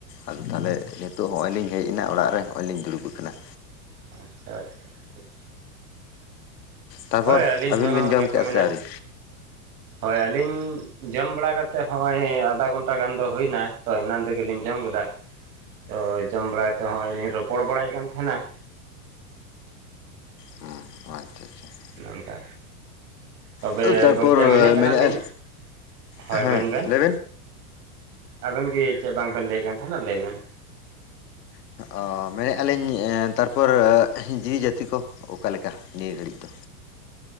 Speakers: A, on the left; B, on the right.
A: ᱟᱫᱚ ᱛᱟᱦᱞᱮ, ᱱᱤᱛᱚᱜ ᱦᱚᱸᱜᱼᱚᱭ ᱞᱤᱧ ᱦᱮᱡ ᱮᱱᱟ ᱚᱲᱟᱜ ᱨᱮ᱾ ᱦᱚᱸᱜᱼᱚᱭ ᱞᱤᱧ ᱫᱩᱲᱩᱵ ᱟᱠᱟᱱᱟ।
B: ᱟᱪᱪᱷᱟ ᱟᱪᱪᱷᱟ ᱴᱷᱤᱠ।
A: ᱛᱟᱨᱯᱚᱨ
B: ᱦᱳᱭ ᱟᱹᱞᱤᱧ
A: ᱟᱹᱵᱤᱱ
B: ᱦᱚᱸ
A: ᱵᱤᱱ
B: ᱚᱱᱮ
A: ᱡᱚᱢ
B: ᱠᱚ
A: ᱠᱮᱫᱼᱟ
B: ᱢᱮᱱᱟ
A: ᱥᱮ ᱟᱹᱣᱨᱤ
B: ᱦᱳᱭ ᱟᱹᱞᱤᱧ ᱡᱚᱢ ᱵᱟᱲᱟ ᱠᱟᱛᱮ ᱦᱚᱸᱜᱼᱚᱭ ᱟᱫᱷᱟ ᱜᱷᱚᱱᱴᱟ ᱜᱟᱱ ᱫᱚ ᱦᱩᱭᱱᱟ᱾ ᱛᱚ ᱮᱱᱟᱱ ᱨᱮᱜᱮᱞᱤᱧ ᱡᱚᱢ ᱠᱮᱫᱟ। ᱛᱚ ᱡᱚᱢ ᱵᱟᱲᱟ ᱠᱟᱛᱮ ᱦᱚᱸᱜᱼᱚᱭ ᱞᱤᱧ ᱨᱚᱯᱚᱲ ᱵᱟᱲᱟᱭᱮᱫ ᱠᱟᱱ ᱛᱟᱦᱮᱱᱟ।
A: ᱦᱩᱸ ᱟᱪᱪᱷᱟ ᱟᱪᱪᱷᱟ।
B: ᱚᱱᱮ ᱚᱱᱠᱟ᱾ ᱛᱚᱵᱮ
A: ᱛᱟᱨᱯᱚᱨ
B: ᱜᱚᱝᱠᱮ ᱢᱮᱱᱮᱫ ᱠᱟᱱᱟᱞᱤᱧ,
A: ᱢᱮᱱᱮᱫᱼᱟ
B: ᱦᱳᱭ
A: ᱦᱮᱸ
B: ᱢᱮᱱ ᱵᱮᱱ।
A: ᱞᱟᱹᱭ
B: ᱟᱵᱮᱱ ᱜᱮ ᱪᱮᱫ ᱵᱟᱝ ᱵᱮᱱ ᱞᱟᱹᱭᱮᱫ ᱠᱟᱱ ᱛᱟᱦᱮᱱᱟ, ᱞᱟᱹᱭ ᱵᱮᱱ।
A: ᱚ ᱢᱮᱱᱮᱜᱼᱟ ᱞᱤᱧ, ᱛᱟᱨᱯᱚᱨ ᱡᱤᱣᱤ ᱡᱟᱹᱛᱤ ᱠᱚ ᱚᱠᱟ ᱞᱮᱠᱟ ᱱᱤᱭᱟᱹ ᱜᱷᱟᱹᱲᱤᱡ ᱫᱚ?